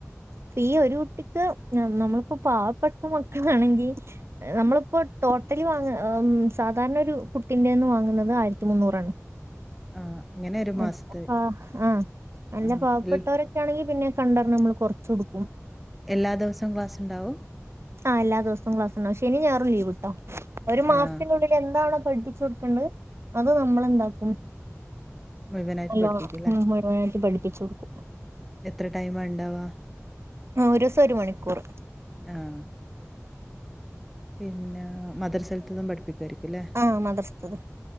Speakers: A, on the right; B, in the centre.
A: ഫീ ഒരു കുട്ടിക്ക് നമ്മളിപ്പോ പാവപ്പെട്ട മക്കളാണെങ്കി നമ്മളിപ്പോ ടോട്ടലി വാങ്ങ ഉം സാധാരണ ഒരു കുട്ടിന്റെന്ന് വാങ്ങുന്നത് ആയിരത്തി മുന്നൂറാണ്
B: ആഹ് അങ്ങനെ ഒരു മാസത്തെ
A: അപ്പ ആഹ് നല്ല
B: ആഹ്
A: പാവപ്പെട്ടോര്
B: എൽ
A: ആണെങ്കി പിന്നേ കണ്ടറിഞ്ഞ് നമ്മൾ കൊറച്ച് കൊടുക്കും
B: എല്ലാ ദിവസവും ക്ലാസ്ണ്ടാവും
A: ആഹ് എല്ലാ ദിവസോം ക്ലാസ്ണ്ടാവും ശനീം ഞായറും ലീവ് ട്ടോ ഒരു മാസത്തിന്റെ
B: ആഹ്
A: ഉള്ളിൽ എന്താണോ പഠിപ്പിച്ച് കൊടുക്കേണ്ടത് അത് നമ്മളെന്താക്കും
B: മുഴുവനായിട്ട്
A: നല്ലോണം
B: പഠിപ്പിക്കുംല്ലേ?
A: ഉം മുഴുവനായിട്ട് പഠിപ്പിച്ചു കൊടുക്കും
B: എത്ര ടൈമാ ഇണ്ടാവ
A: ഉം ഒരൂസം ഒരു മണിക്കൂറ്
B: ആഹ് പിന്നെ മദ്രസ്സേല്ത്തതും പഠിപ്പിക്കായിരിക്കുംല്ലേ
A: ആ മദ്രസത്തത്